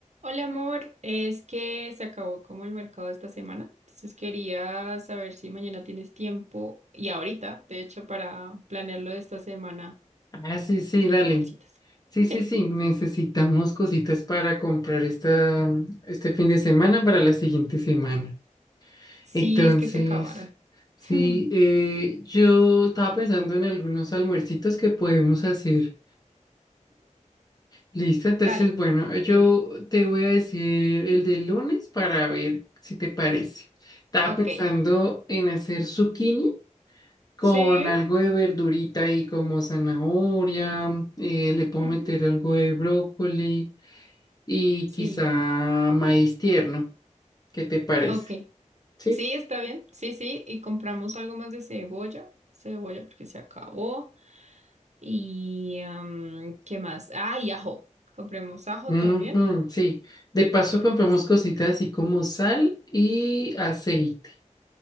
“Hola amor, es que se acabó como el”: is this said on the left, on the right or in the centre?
Right